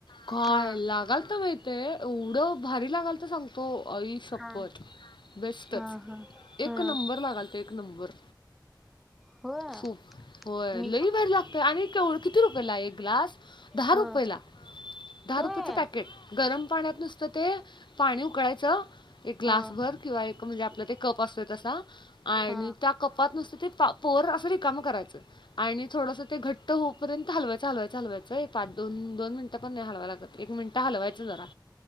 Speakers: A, on the left; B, in the centre.
A: काय
B: हा
A: लागाल तर माहिित एवढं भारी लागाल तर सांग तो ई शपत
B: हा
A: बेस्टच
B: हा हा हा
A: एक नंबर लागाल तर एक नंबर
B: होय
A: सूप होय
B: मी
A: लई
B: पण
A: बाहेर लागतय आणि किती रुपयेला एक ग्लास दहा
B: हा
A: रुपयेला दहा
B: होय
A: रुपयेचं पॅकेट गरम पाण्यात नुसतं ते पाणी उकळायचं एक ग्लास
B: हा
A: भर किंवा एक म्हणजे आपलं ते कप असतोय तसा
B: हा
A: आणि त्या कपात नुसत ते पोर अस रिकाम करायच आणि थोडस ते घट्ट होऊपर्यंत हलवाचं हलवायचं हलवायचंय पाच दोनोनट पण नाही हलवां लागत एक मिनिटं हलवायचं जरा